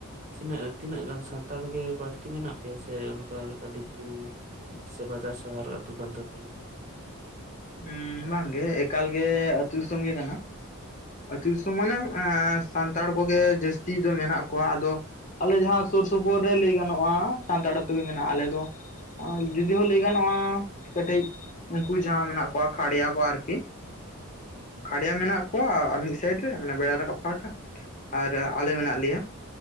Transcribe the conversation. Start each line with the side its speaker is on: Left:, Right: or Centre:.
Right: ᱛᱤᱱᱟᱹᱜ ᱛᱤᱱᱟᱹᱜ ᱜᱟᱱ ᱥᱟᱱᱛᱟᱲ ᱜᱮ ᱵᱟᱹᱲᱛᱤ ᱢᱮᱱᱟᱜ ᱯᱮᱭᱟ ᱥᱮ ᱚᱱᱠᱟ ᱫᱤᱠᱩ ᱥᱮ ᱵᱟᱡᱟᱨ ᱥᱟᱦᱟᱨ ᱟᱹᱛᱩ ᱠᱟᱱ ᱛᱟᱯᱮᱭᱟ
Left: ᱮᱸ ᱵᱟᱝ ᱜᱮ ᱮᱠᱟᱞ ᱜᱮ ᱟᱹᱛᱩ ᱫᱤᱥᱚᱢ ᱜᱮ ᱠᱟᱱᱟ ᱟᱹᱛᱩ ᱫᱤᱥᱚᱢ ᱢᱟᱱᱮ ᱥᱟᱱᱛᱟᱲ ᱠᱚ ᱜᱮ ᱡᱟᱹᱥᱛᱤ ᱫᱚ ᱢᱮᱱᱟᱜ ᱠᱚᱣᱟ ᱟᱫᱚ ᱟᱞᱮ ᱡᱟᱦᱟᱸ ᱥᱩᱨ ᱥᱩᱯᱩᱨ ᱨᱮ ᱞᱟᱹᱭ ᱜᱟᱱᱚᱜ-ᱟ ᱥᱟᱱᱛᱟᱲ ᱟᱹᱛᱩ ᱜᱮ ᱢᱮᱱᱟᱜ-ᱟ ᱟᱞᱮ ᱫᱚ ᱟᱨ ᱡᱩᱫᱤ ᱦᱚᱸ ᱞᱟᱹᱭ ᱜᱟᱱᱚᱜ-ᱟ ᱠᱟᱹᱴᱤᱡ ᱩᱱᱠᱩ ᱡᱟᱦᱟᱸ ᱢᱮᱱᱟᱜ ᱠᱚ ᱠᱚ ᱠᱷᱟᱲᱭᱟ ᱠᱚ ᱟᱨᱠᱤ ᱠᱷᱟᱲᱭᱟ ᱢᱮᱱᱟᱜ ᱠᱚ ᱠᱚᱣᱟ ᱢᱤᱫ ᱥᱟᱭᱤᱰ ᱨᱮ ᱢᱟᱱᱮ ᱵᱮᱲᱟ ᱨᱟᱠᱟᱵ ᱯᱟᱦᱴᱟ ᱟᱨ ᱟᱞᱮ ᱢᱮᱱᱟᱜ ᱞᱮᱭᱟ